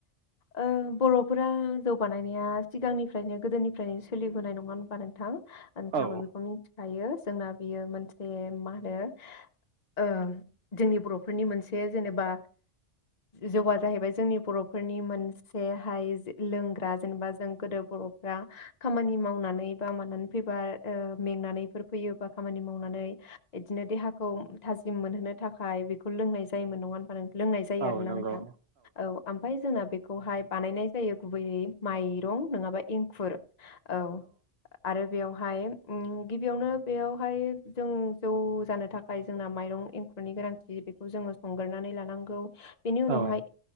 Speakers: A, on the left (about 40°); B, on the right (about 70°).
A: औ बर'फोरा जौगानायनाया सिगांनिफ्रायनो गोदोनिफ्रायनो सोलिबोनाय नङा होनोमबा नोंथां नोंहाबो
B: औ
A: बेखौ मिथिखायो जोंना बेयो मोनसे मा होनो ओ जोंनि बर'फोरनि मोनसे जेनेबा ज जाहैबाय जोंनि बर'फोरनि मोनसेहाय लोंग्रा जेनेबा जों गोदो बर'फ्रा खामानि मावनानै बा मानानै फैबा ओ मेंनानैफोर फैयोबा खामानि मावनानै इदिनो देहाखौ थाजिम मोनहोनो थाखाय बेखौ लोंनाय जायोमोन नङा ओ लोंनाय जायो
B: औ
A: आरोना
B: नंगौ
A: नोंथां औ ओमफ्राय जोंना बेखौहाय बानायनाय जायो गुबैयै माइरं नङाबा एंखुर औ आरो बेयाव हाय ओ गिबियावनो बेयावहाय जों जौ जानो थाखाय जोंना माइरं एंखुर फोरनि गोनांथि बेखौ जोङो संगोरनानै लानांगौ बेनि उनावहाय
B: औ